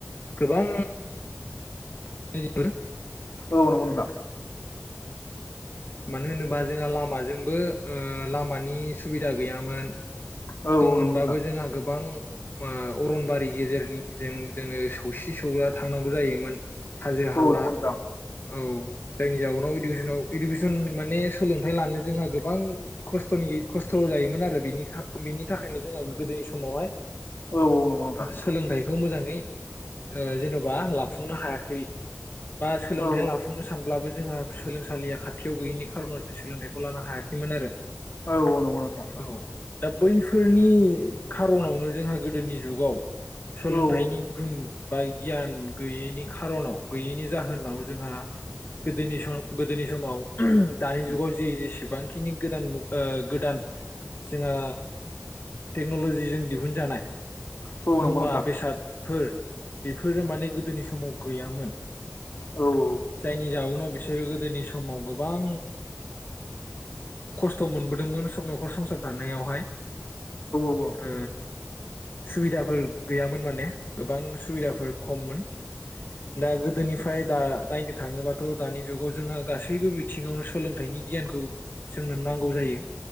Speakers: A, on the left; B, on the left.
A: गोबां <unintelligible>
B: औ नंगौ नामा
A: मानो होनोबा जोंहा लामाजोंबो लामानि सुबिदा गैयामोन
B: औ
A: दंमोनबाबो
B: औ नंगौ नोंथां
A: जोंहा गोबां मा‌ अरनबारि गेजेरनिजों जोङो सौसि सौला थांनांगौ जायोमोन हाजो हाला
B: औ नंगौ नोंथां
A: औ जायनि जाउनाव इडुकेसनाव इडुकेसन माने सोलोंथाइ लानो जोंहा गोबां खस्थ' ' खस्थ' जायोमोन आरो बेनि बिनि थाखायनो जोंहा गोदोनि समावहाय
B: औ औ नंगौ नोंथां
A: सोलोंथाइ बेखौ मोजाङै जेन'बा लाफुंनो हायाखै बा सोलोंथाइ
B: औ
A: लाफुंनो सानब्लाबो जोंहा सोलोंसालिया खाथियाव गैयिनि खार'नाव जों सोलोंथाइखौ लानो हायाखैमोन आरो
B: औ औ नंगौ नोंथां
A: औ दा बैफोरनि खारनावनो जोंहा गोदोनि जुगाव सोलोंथाइनि
B: औ
A: गुन बा गियान गैयैनि खार'नाव गैयैनि जाहोनाव जोंहा गोदोनि सम गोदोनि समाव दानि जुगाव जे जेसेबांखिनि गोदान मुग गोदान जोंहा टेक्न'लजिजों दिहुनजानाय
B: औ नंगौ
A: मुवा
B: नोंथां
A: बेसाद फोर बेफोरो माने गोदोनि समाव गैयामोन
B: औ औ
A: जायनि जाउनाव बिसोरो गोदोनि समाव गोबां खस्थ' मोनबोदोंमोन न'खर संसार दानायावहाय
B: नंगौ
A: ओ सुबिदाफोर गैयामोन माने गोबां सुबिदाफोर खममोन दा गोदोनिफ्राय दा नायनो थाङोबाथ' दानि जुगाव जोंहा गासैबो बिथिङावनो सोलोंथाइनि गियानखौ जोंनो नांगौ जायो